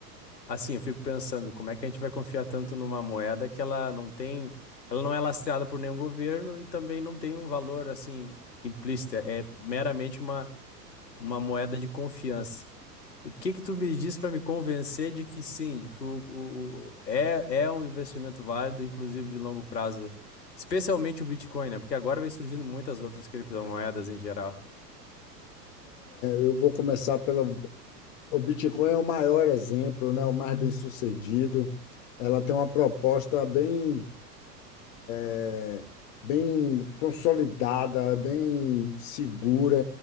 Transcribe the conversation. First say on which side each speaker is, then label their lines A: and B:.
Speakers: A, on the left; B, on the left.
A: Assim, eu fico pensando, como é que a gente vai confiar tanto numa moeda que ela não tem, ela não é lastreada por nenhum governo e também não tem um valor assim implícito, é meramente uma, uma moeda de confiança. O que que tu me diz para me convencer de que sim, de que o, o- o- é, é um investimento válido, inclusive de longo prazo, especialmente o Bitcoin, né? Porque agora vem surgindo muitas outras criptomoedas em geral.
B: Eu vou começar pelo. O Bitcoin é o maior exemplo, né? O mais bem-sucedido. Ela tem uma proposta bem é, bem consolidada, bem segura,